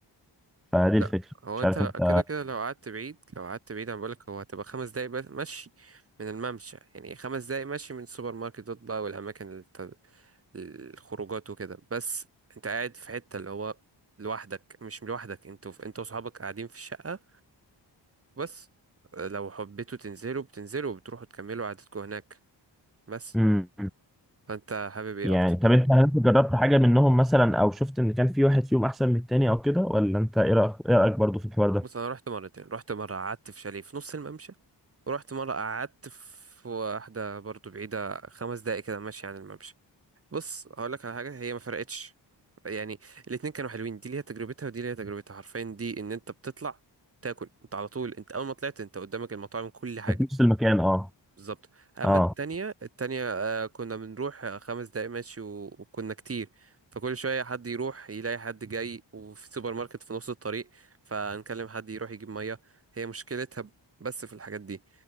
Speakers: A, in the centre; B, on the right (about 30°).
A: فدي الفكره
B: لا هو
A: مش
B: انت
A: عارف
B: لا
A: انت
B: كده كده لو قعدت بعيد لو قعدت بعيد انا بقولك هو هتبقى خمس دقايق بس مشي من الممشى يعني خمس دقايق مشي من السوبر ماركتات بقى والاماكن الت- الخروجات وكده بس انت قاعد في حتة اللي هو لوحدك مش لوحدك انتوا في- انت واصحابك قاعدين في الشقة بس لو حبيتوا تنزلوا بتنزلوا وبتروحوا تكملوا قعدتكم هناك بس
A: مم.
B: فانت حابب ايه
A: يعني
B: اكتر
A: طب انت هل انت جربت حاجة منهم مثلا او شفت ان كان في واحد فيهم احسن من التاني او كده ولا انت ايه رأيك ايه رأيك برضه في الحوار ده
B: بص انا رحت مرتين رحت مره قعدت في شاليه في نص الممشى ورحت مره قعدت في واحده برضو بعيده خمس دقايق كده ماشي عن الممشى بص هقول لك على حاجه هي ما فرقتش يعني الاتنين كانوا حلوين دي ليها تجربتها ودي ليها تجربتها حرفيا دي ان انت بتطلع تاكل انت على طول انت اول ما طلعت انت قدامك المطاعم كل حاجه
A: في نفس المكان اه
B: بالظبط اما
A: اه
B: التانية التانية آه كنا بنروح آه، خمس دقايق ماشي و... وكنا كتير فكل شوية حد يروح يلاقي حد جاي وفي سوبر ماركت في نص الطريق فنكلم حد يروح يجيب مية هي مشكلتها ب- بس في الحاجات دي